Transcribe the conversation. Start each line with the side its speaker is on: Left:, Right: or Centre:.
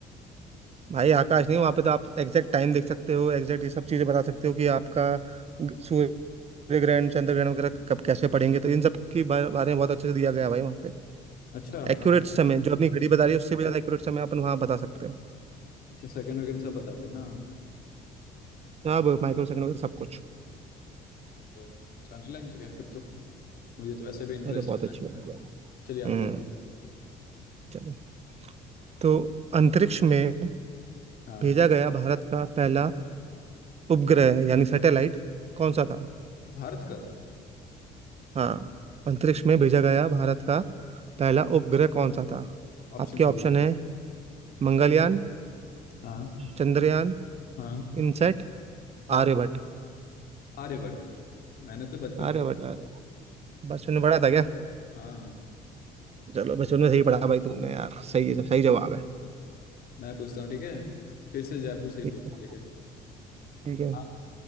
Right: भाई आकाश नहीं वहां पे तो आप एग्जैक्ट टाइम देख सकते हो एग्जैक्ट ये सब चीजें बता सकते हो कि आपका ग- सूर्य ग्रहण चंद्र ग्रहण वगैरह कब कैसे पड़ेंगे तो इन सब के बारे बारे में बहुत अच्छे से दिया गया है भाई वहाँ पे
Left: अच्छा हाँ,
Right: एक्यूरेट समय जो अपनी घड़ी बता रही है उससे भी ज्यादा एक्यूरेट समय अपन वहाँ बता सकते हैं
Left: अच्छा सेकंड वगैरह सब बताते हैं ना
Right: अब माइक्रो सेकंड वगैरह सब कुछ
Left: ओहो अच्छा नहीं लग जगह है फिर तो मुझे तो ऐसे भी इंटरेस्ट
Right: अरे बहुत
Left: है
Right: अच्छी
Left: science
Right: बात
Left: में।
Right: है भाई।
Left: चलिए आप
Right: हम्म
Left: पूछ
Right: चलो तो अंतरिक्ष में
Left: हाँ
Right: भेजा गया भारत का पहला उपग्रह यानी सैटेलाइट कौन सा था
Left: भारत का
Right: हाँ अंतरिक्ष में भेजा गया भारत का पहला उपग्रह कौन सा था
Left: ऑप्शन
Right: आपके ऑप्शन
Left: भी
Right: है मंगलयान
Left: हाँ
Right: चंद्रयान
Left: हाँ
Right: इनसेट
Left: हाँ
Right: आर्यभट्ट
Left: आर्यभट्ट मैंने तो बचपन में
Right: आर्यभट्ट आर्य- बचपन में पढ़ा था क्या
Left: हाँ
Right: चलो बचपन में सही पढ़ा भाई तुमने यार सही
Left: हाँ
Right: है सही जवाब है
Left: मैं पूछता हूँ ठीक है फिर से जयपुर से ही
Right: ठीक
Left: पूछता
Right: है
Left: हूँ ठीक है
Right: ठीक है
Left: आप